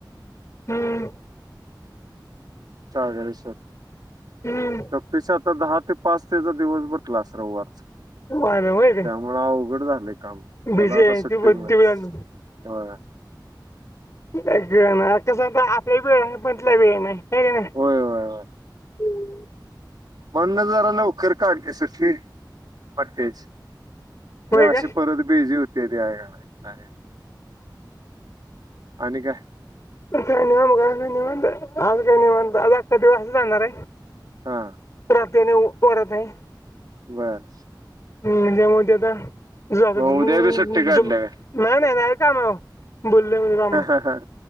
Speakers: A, on the left (about 40°); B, on the right (about 60°).
A: हम्म.
B: सागरेश्वर,
A: हम्म
B: त पिसाच दहा ते पाच तेचा दिवस बघटलास रविवारच.
A: वाढ होय काय
B: त्यामुळे अवघड झालंय काम, त्याला
A: बिझी
B: आता
A: आहे
B: सुट्टीच
A: ती पण
B: नाही,
A: ती पण.
B: ते बघा.
A: अ कसं आता आपल्या वेळ आहे पण, त्याला वेळ नाही हाय का नाही.
B: होय
A: हम्
B: होय होय
A: <inaudible>
B: म्हणून जराला लवकर काढलीस असली वाटतेच
A: होय
B: हे
A: काय
B: अशी परत बिझी होते ते का नाही. आणि काय
A: काय नाही मग आ काही नि म्हणत आज काही नि म्हणत आज अखका दिवस असं जाचाणार आह <inaudible>
B: हा
A: ते वरत नाही <inaudible>
B: बर
A: हम्णजे मती आता ज
B: मग उद्या बी सुट्टी काढल्या
A: <inaudible> नाही नाही नाही काम जाईल काम बोललोय मी
B: हा